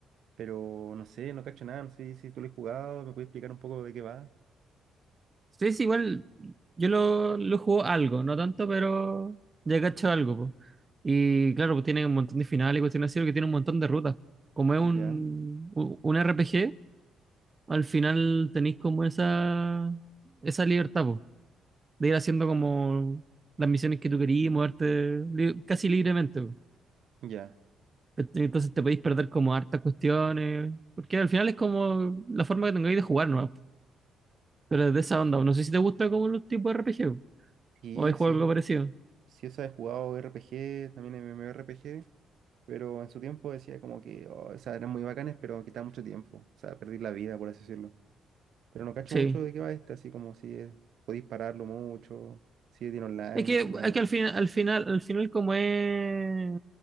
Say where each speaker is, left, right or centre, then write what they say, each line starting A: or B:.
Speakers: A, on the right; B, on the right.
A: pero no sé, no cacho nada, no sé si tú lo has jugado, me puedes explicar un poco de qué va.
B: Sí, sí, igual yo lo, lo juego algo, no tanto, pero ya cacho algo, po. Y claro, pues tiene un montón de finales y cuestiones así, porque tiene un montón de rutas. Como es
A: Ya,
B: un, u- un RPG, al final tenéis como esa, esa libertad, po, de ir haciendo como las misiones que tú querías, moverte li- casi libremente,
A: ya.
B: ¿Cachai? Entonces te podéis perder como hartas cuestiones, porque al final es como la forma que tengáis de jugar, ¿no? Pero es de esa onda, no sé si te gusta como los tipos de RPG,
A: Y
B: o hay juego
A: sí,
B: algo parecido.
A: sí, esa he jugado RPG, también MMORPG, pero en su tiempo decía como que oh, esas eran muy bacanas, pero quitaba mucho tiempo, o sea, perdí la vida, por así decirlo. Pero no cacho
B: Sí.
A: mucho de qué va este, así como si es- podéis pararlo mucho, si tiene online,
B: Es que,
A: no sé nada.
B: es que al final, al final, al final como es,